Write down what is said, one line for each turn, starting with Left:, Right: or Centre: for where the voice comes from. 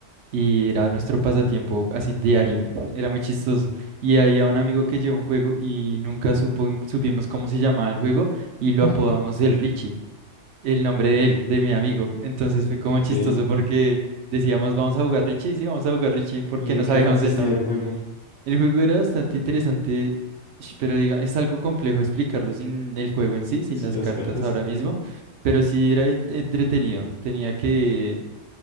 Right: Y era nuestro pasatiempo así diario. Era muy chistoso. Y había un amigo que llevó un juego y nunca supo, supimos cómo se llamaba el juego y lo
Left: <laughs>
Right: apodamos el Richie, el nombre de él, de mi amigo. Entonces fue como
Left: Ok.
Right: chistoso porque decíamos, vamos a jugar Richie, sí, vamos a jugar Richie porque
Left: ¿Y en
Right: no sabíamos
Left: qué consistía
Right: el nombre.
Left: el juego
Right: El juego era bastante interesante, sh- pero diga, es algo complejo explicarlo sin el juego en sí, sin
Left: sin
Right: las
Left: las
Right: cartas
Left: cartas?
Right: ahora mismo, pero sí era en- entretenido. Tenía que